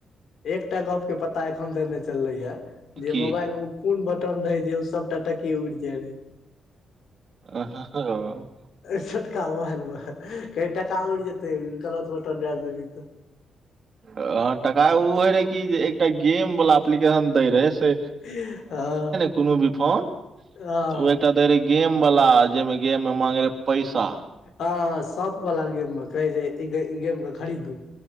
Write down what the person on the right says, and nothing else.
की
आं ह ह र
ह तका ओ होे रहै कि जे एकटा गेम वला एप्लीकेशन दै रहै से
कूनु भी फोन
तऽ ओ एकटा देै रहे गेम वला जाहिमे गेम मे मांगे रहे पैसा